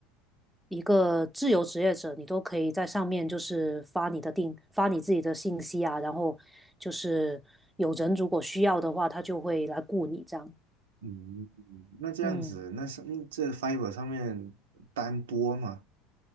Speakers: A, in the centre; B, on the right.
A: 一个自由职业者，你都可以在上面就是发你的定，发你自己的信息啊，然后就是有人如果需要的话，他就会来雇你这样。
B: 嗯，那这样子，
A: 嗯。
B: 那上这 Fiverr 上面单多吗？